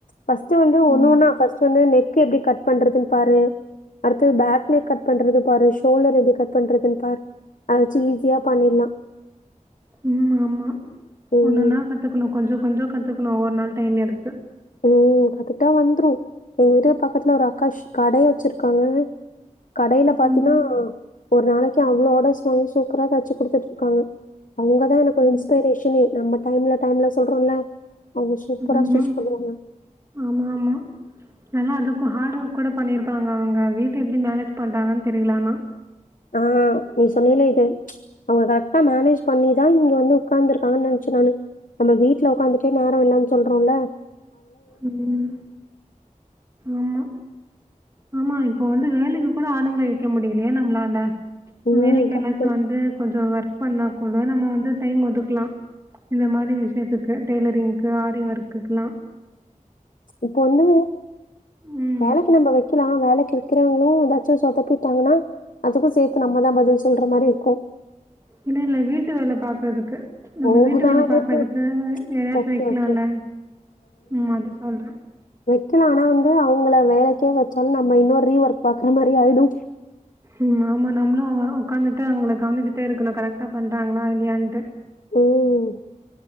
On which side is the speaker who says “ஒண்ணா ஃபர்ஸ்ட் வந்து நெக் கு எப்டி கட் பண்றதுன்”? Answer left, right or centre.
Left